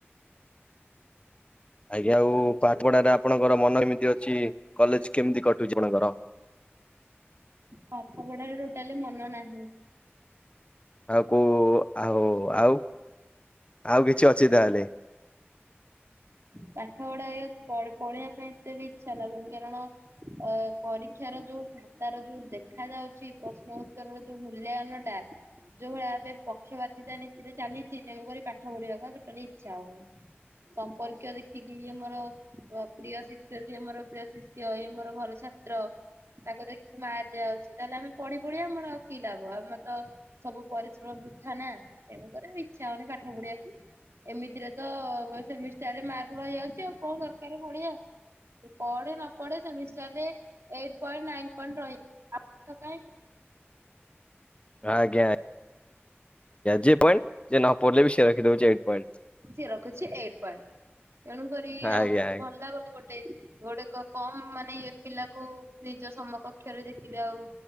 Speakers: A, on the left; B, on the right.
A: ଆଜ୍ଞା ଆଉ ପାଠ୍ ପଢାଟା ଆପଣଙ୍କର ମନ ଏମିତି ଅଛି କଲେଜ୍ କେମ୍ତି କଟୁଛି ଆପଣଙ୍କର?
B: ପାଠପଢାରେ ଟୋଟାଲି ମନ ନାହିଁ।
A: ଆଉ କୁ ଆଉ ଆଉ ଆଉ କିଛି ଅଛି ତାହେଲେ?
B: ପାଠ ପଢାରେ ପଢ୍ ପଢିବା ପାଇଁ ଏତେ ବି ଇଚ୍ଛା ଲାଗୁନି କାରଣ - ଅ ପରୀକ୍ଷାର ଯୋଉ ଖାତାର ଯୋଉ ଦେଖା ଯାଉଛି ପ୍ରଶ୍ନ ଉତ୍ତରର ଯୋଉ ମୂଲ୍ୟାୟନ -- ଟା ଯୋଉ ଭଳିଆ ଏବେ ପକ୍ଷବାତିତା ନୀତିରେ ଚ଼ାଲିଚି ତେଣୁକରି ପାଠ ପଢିବାକୁ ଆଉ ଟୋଟାଲି ଇଚ୍ଛା ହୋଉନି। ସମ୍ପର୍କୀୟ ଦେ ଦେଖିକି ଇଏ ମୋର ଅ ଅପ୍ରିୟ ଶିଷ୍ୟ, ସିଏ ମୋର ପ୍ରିୟ ଶିଷ୍ୟ, ଇଏ ମୋର ଭଲ ଛାତ୍ର। ତାକୁ ଦେଖିକି ମାର୍କ ଦିଆ ଦିଆହୋଉଛି ତାହେଲେ ଆମେ ପଢି ପଢି ଆମର ଆଉ କି ଲାଭ ଆମର ତ ସବୁ ପରିଶ୍ରମ ବୃଥାା ନା ତେଣୁକରି ଆଉ ଇଚ୍ଛା ହୋଉନେଇଁ ପାଠ ପଢିବାକୁ। ଏମିତିରେ ତ ବ ସେମିଷ୍ଟାରରେ ମାର୍କ ରହି ଯାଉଛି ଆଉ କଣ ଦର୍କାରେ ପଢିଆ। ଯେ ପଢେ ନ ପଢେ ସେମିଷ୍ଟାରରେ ଏଇଟ ପଏଣ୍ଟ ନାଇନ ପଏଣ୍ଟ ରଇ ଆଉ ପାଠ କାଇଁ ପ
A: ଆଜ୍ଞା। ଯେ ପଏଣ୍ଟ ଜିଏ ନ ପଢିଲେବି ସିଏ ରଖିଦୋଉଛି ଏଇଟ୍ ପଏନ୍ଥ।
B: ସିଏ ରଖୁଛି ଏଇଟ୍ ପଏଣ୍ଟ ତେଣୁକରି
A: ଆଜ୍ଞା
B: ଆଉ ଭଲ୍ ଲାଗୁନି ଗୋଟେ ଗୋଟେ କମ୍ ମାନେ ଇଏ ଥିଲାକୁ କୋଉ ନିଜ ସମକକ୍ଷରେ ଦେଖିଲେ ଆଉ